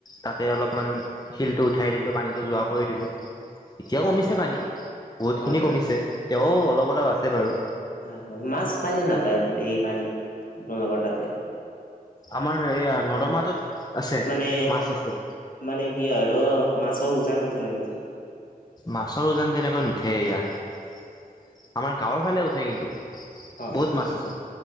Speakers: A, on the left (about 25°); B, on the left (about 60°).
A: তাতে অলপমান শিলটো উঠাই দিলো, পানীটো যোৱা কৰি দিলো। এতিয়া
B: হয়
A: কমিছে পানী, বহুতখিনি
B: হয়
A: কমিছে। তেও অলপ অলপ আছে বাৰু।
B: হয় হয় মাছ পায় নে নাপায় এই পানীত আপোনালোকৰ তাতে?
A: আমাৰ এইয়া নৰ্দমাটোত আছে
B: মানে
A: মাছ আছে
B: মানে কি আৰু মাছৰ উজান উঠেনে নুঠে?
A: মাছৰ উজান তেনেকৈ নুঠে ইয়াত। আমাৰ গাঁৱৰ ফালে উঠে কিন্তু
B: হয়
A: বহুত মাছ আছে।